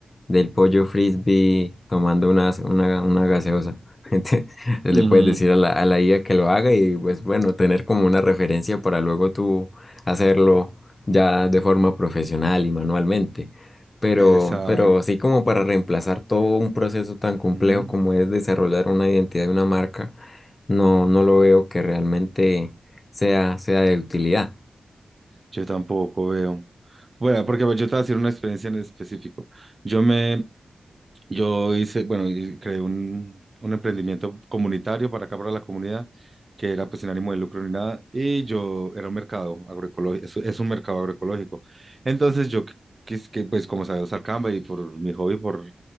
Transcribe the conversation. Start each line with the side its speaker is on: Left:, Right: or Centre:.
Left: del pollo frisbee tomando una, una, una gaseosa. <laughs> Entonces, le
Right: Mm,
Left: puedes decir a la, a la IA que lo haga y pues bueno, tener como una referencia para luego tú hacerlo ya de forma profesional y manualmente. Pero,
Right: exacto.
Left: pero sí como para reemplazar todo un proceso tan complejo
Right: Ujú.
Left: como es desarrollar una identidad de una marca no, no lo veo que realmente sea, sea de utilidad.
Right: Yo tampoco veo. Bueno, porque pues, yo te voy a decir una experiencia en específico. Yo me Yo hice, bueno, y creé un, un emprendimiento comunitario para acá, para la comunidad, que era pues sin ánimo de lucro ni nada, y yo era un mercado agroecológico, es, es un mercado agroecológico. Entonces yo, quis- que, pues como sabía usar Canva y por mi hobby, por,